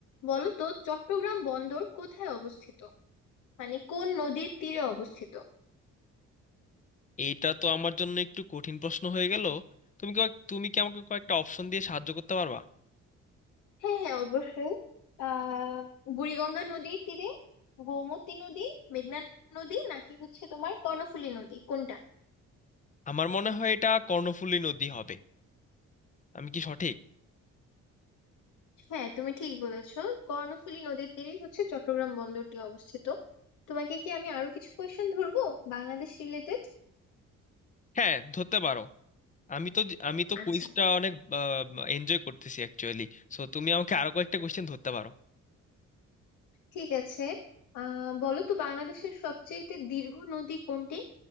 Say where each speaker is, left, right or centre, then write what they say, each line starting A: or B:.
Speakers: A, on the left (about 85°); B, on the left (about 25°).
A: বলো তো চট্টগ্রাম বন্দর কোথায় অবস্থিত মানে কোন নদীর তীরে অবস্থিত
B: এইটা তো আমার জন্য একটু কঠিন প্রশ্ন হয়ে গেল তুমি কি তুমি কি আমাকে কয়েকটা অপশন দিয়ে সাহায্য করতে পারবা
A: হ্যাঁ হ্যাঁ অবশ্যই আহ বুড়িগঙ্গা নদীর তীরে গোমতী নদী মেঘনা নদী নাকি হচ্ছে তোমার কর্ণফুলী নদী কোনটা
B: আমার মনে হয় এটা কর্ণফুলী নদী হবে আমি কি সঠিক
A: হ্যাঁ তুমি ঠিক বলেছো কর্ণফুলী নদীর তীরেই হচ্ছে চট্টগ্রাম বন্দরটি অবস্থিত তোমাকে কি আমি আরো কিছু কোয়েশ্চেন ধরবো বাংলাদেশ রিলেটেড
B: হ্যাঁ ধরতে পারো আমি তো আমি তো
A: আচ্ছা
B: কুইজটা অনেক এনজয় করতেছি অ্যাকচুয়ালি সো তুমি আমাকে আরো কয়েকটা কোয়েশ্চেন ধরতে পারো
A: ঠিক আছে আহ বলো তো বাংলাদেশের সবচেয়ে দীর্ঘ নদী কোনটি